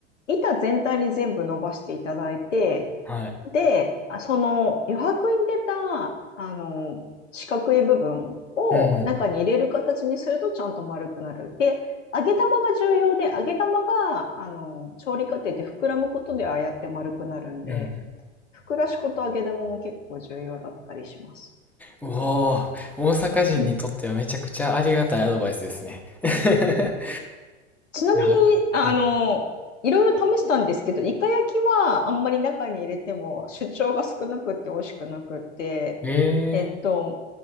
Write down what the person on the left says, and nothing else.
板全体に全部伸ばしていただいて、
で、あその余白に出た、あの、四角い部分を中に入れる形にするとちゃんと丸くなる。
で、揚げ玉が重要で、揚げ玉が、あの、調理過程で膨らむことでああやって丸くなるんで、
膨らし粉と揚げ玉も結構重要だったりします。
うん
ちなみに、
あの、いろいろ試したんですけど、イカ焼きはあんまり中に入れても主張が少なくって美味しくなくって、
えっと、